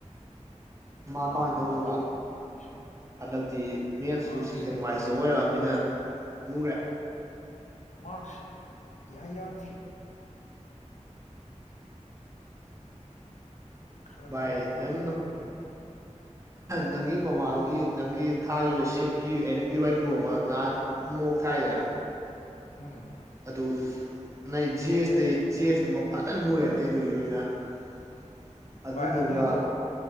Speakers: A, on the left; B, on the right.
A: ꯑꯃꯅꯤ
B: ꯃꯥ ꯀꯃꯥꯏꯅ
A: ꯑꯃꯅꯤ
B: ꯇꯧꯔꯤꯕ
A: ꯁꯨꯝ ꯊꯥꯕꯤꯁꯅꯨ
B: ꯍꯟꯗꯛꯇꯤ ꯃꯌꯦꯛꯇꯁꯨ
A: ꯃꯥꯔꯛꯁꯦ
B: ꯁꯦꯛꯁꯟ ꯋꯥꯏꯖꯇ ꯑꯣꯏꯔꯛꯑꯃꯤꯅ ꯂꯨꯔꯦ
A: ꯃꯥꯥꯛꯔꯛꯁꯤ ꯌꯥꯌꯥꯇ꯭ꯔꯤ ꯈꯔ
B: ꯚꯥꯏ
A: ꯈꯔ ꯈꯔ
B: ꯅꯪ
A: ꯈꯔ ꯐꯪꯕ
B: ꯅꯪꯒꯤ ꯃꯃꯥꯡꯒꯤ ꯅꯪꯒꯤ ꯊꯥꯈꯤꯕ ꯁꯤꯞꯀꯤ ꯑꯩꯅ ꯄꯤꯋꯥꯏ ꯀ꯭ꯌꯣ ꯑꯃ ꯅꯍꯥꯟ ꯃꯣꯛ ꯊꯥꯏꯗꯅ
A: ꯎꯝ
B: ꯑꯗꯨ ꯅꯣꯏ ꯖꯤ ꯑꯦꯁꯇꯩ ꯖꯤ ꯑꯦꯁꯇꯨ ꯃ ꯐꯅ ꯂꯨꯔꯦ ꯅꯗꯨꯒꯤ ꯑꯣꯏꯅ <unintelligible> ꯑꯗꯨꯗꯨꯒ
A: ꯚꯥꯏ ꯑꯗꯨꯏꯗꯣ